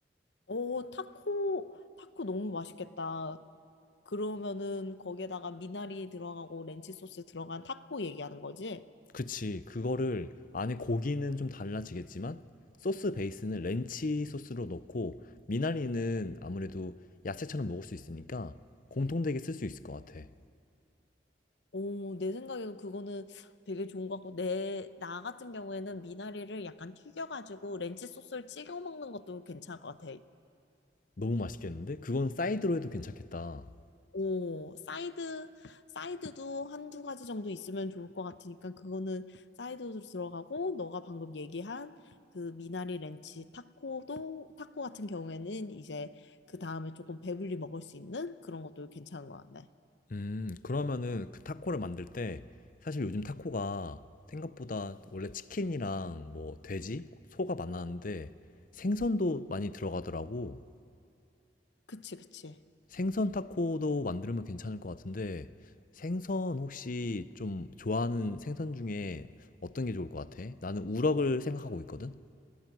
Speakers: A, on the left; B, on the left.
A: 오, 타코, 타코 너무 맛있겠다. 그러면은 거기에다가 미나리 들어가고 렌치 소스 들어간 타코 얘기하는 거지?
B: 그치. 그거를 안에 고기는 좀 달라지겠지만 소스 베이스는 렌치 소스로 넣고 미나리는 아무래도 야채처럼 먹을 수 있으니까 공통되게 쓸 수 있을 것 같아.
A: 오, 내 생각에도 그거는 되게 좋은 것 같고, 내, 나 같은 경우에는 미나리를 약간 튀겨가지고 렌치 소스를 찍어 먹는 것도 괜찮을 것 같아.
B: 너무 맛있겠는데? 그건 사이드로 해도 괜찮겠다.
A: 오, 사이드, 사이드도 한 두 가지 정도 있으면 좋을 것 같으니까 그거는 사이드로 들어가고 너가 방금 얘기한 그 미나리 렌치 타코도 타코 같은 경우에는 이제 그 다음에 조금 배불리 먹을 수 있는 그런 것도 괜찮은 것 같네.
B: 음, 그러면은 그 타코를 만들 때 사실 요즘 타코가 생각보다 원래 치킨이랑 뭐 돼지, 소가 많았는데 생선도 많이 들어가더라고.
A: 그치, 그치.
B: 생선 타코도 만들면 괜찮을 것 같은데 생선 혹시 좀 좋아하는 생선 중에 어떤 게 좋을 것 같아? 나는 우럭을 생각하고 있거든?